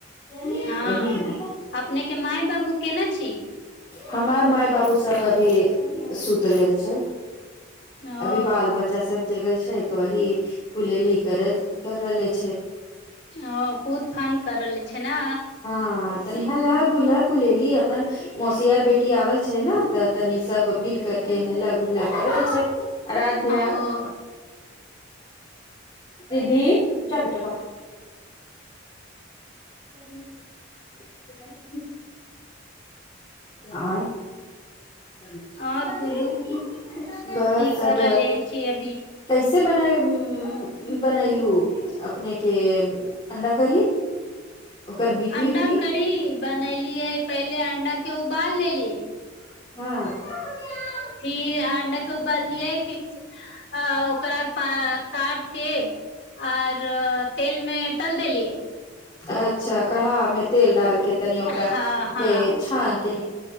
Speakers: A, on the left; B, on the left.
A: यही
B: हँ
A: ने
B: अपनेके माय बाबू केना छी
A: हमर माय बाबू सब अभी सूत गेल छै
B: ओ
A: अभी बाल बच्चा सब जगल छै तऽ वही कुलेली करल करले छै
B: अ कूद फान करऽले छै न
A: हँ तनि हल्ला गुला गुलेली अपन मौसीआर बेटी आवल छै न तऽ तनी सब मिल कर के हल्ला गुल्ला करै छै आराध्या
B: हंँ-ओ
A: दीदी जा बेटा बाहर <unintelligible> आर -
B: आओर बोलू
A: बस
B: की कर
A: अब
B: रहले छी अभी
A: कैसे बनाएब हूँ हूँ बनैलू अपनेके अण्डा करी ओकर विधि
B: अंडा
A: उधि
B: करी बनैलियै पहिले अंडाके तऽ उबाल लेलियै
A: हँ
B: फिर अंडा के उबालियै फिर आ ओकरा <unintelligible> काट के आओर तेल मे तल देलियै
A: अच्छा कढ़ामे तेल डाल के तनि ओकरा
B: हँ हँ
A: के छानके